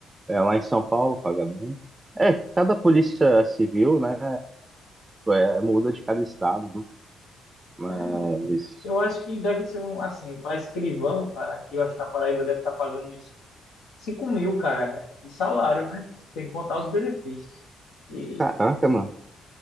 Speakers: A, on the right (about 20°); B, on the left (about 80°).
A: É, lá em São Paulo paga bem. É, cada polícia civil, né, é, muda de cada estado, né? Mas,
B: É, eu acho que deve ser um, assim, para escrivão, cara, aqui eu acho que na Paraíba deve estar pagando uns 5 mil, cara, de salário, né? Sem contar os benefícios. E
A: caraca, mano.